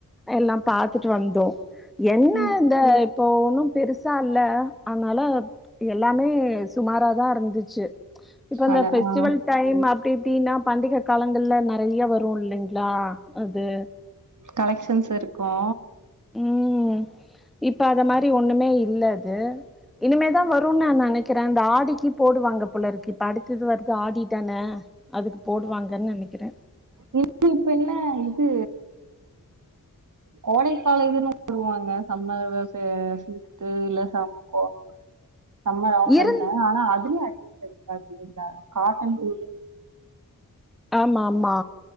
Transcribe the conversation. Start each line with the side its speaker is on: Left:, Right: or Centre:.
Centre: எல்லா பாத்துட்டு வந்தோ என்ன
Right: ம்
Centre: இந்த இப்போ ஒன்னு பெருசா இல்ல அதனால எல்லாமே சுமாராதா இருந்துச்சு இப்ப இந்த
Right: அட
Centre: ஃபெஸ்டிவல்
Right: ஆ
Centre: அப்டி இப்டின்னா பண்டிக காலங்கள்ல நறைய வரு இல்லைங்ளா அது
Right: கலெக்ஷன்ஸ் இருக்கு
Centre: ம் இப்ப அத மாரி ஒண்ணுமே இல்ல து இனிமேதா வருன்னு நா நெனை கிறே அந்த ஆடிக்கு போடுவாங்க போலருக்கு இப்ப அடுத்தது வருது ஆடி தான அதுக்கு போடுவாங்கன்னு நெனைக்கிற
Right: இன் இப்பல்ல இது கோடைக்கால இதுன்னு போடுவாங்க சம்மர் விச சீட்டு இல்ல சம் கோ சம்மர் ஆஃபர்ன்
Centre: இருந்
Right: தான ஆனா அதுலயு அடி <inaudible> இருந்தா காட்டன் <inaudible>
Centre: ஆமா ஆமா